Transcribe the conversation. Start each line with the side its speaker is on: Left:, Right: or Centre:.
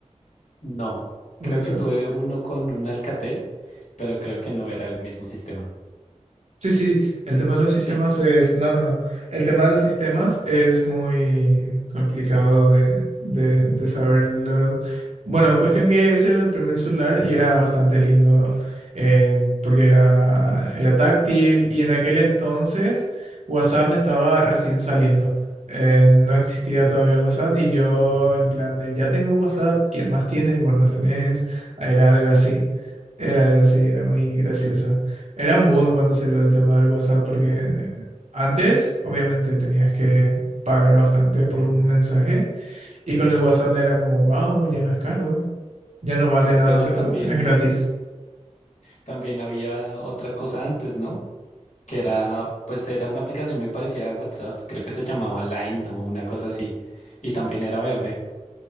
Left: No.
Right: No
Left: Creo
Right: te suena.
Left: que tuve uno con un Alcatel, pero creo que no era el mismo sistema.
Right: Sí, sí, el tema de los sistemas
Left: ¿Sí?
Right: es... No, no, no. El tema de los sistemas es muy complicado de, de, de saber, la verdad. Bueno, cuestión que ese era el primer celular y era bastante lindo eh, porque era, era táctil y en aquel entonces WhatsApp estaba recién saliendo. Eh, no existía todavía el WhatsApp y yo en plan de, ya tengo WhatsApp, ¿quién más tiene? Vos no tenés. Era algo así. Era algo así, era muy gracioso. Era un boom cuando salió el tema del WhatsApp, porque antes, obviamente, tenías que pagar bastante por un mensaje y con el WhatsApp era como, wow, ya no es caro, ya no vale nada,
Left: Pero también,
Right: es gratis.
Left: también había otra cosa antes, ¿no? Que era, pues era una aplicación muy parecida a WhatsApp. Creo que se llamaba Line o una cosa así. Y también era verde,